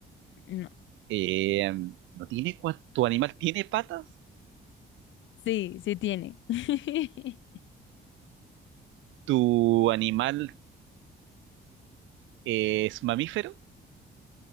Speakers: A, on the left; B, on the right.
A: no.
B: Em, ¿no tiene cua- ¿Tu animal tiene patas?
A: Sí, sí tiene. <laughs>
B: ¿Tu animal ¿Es mamífero?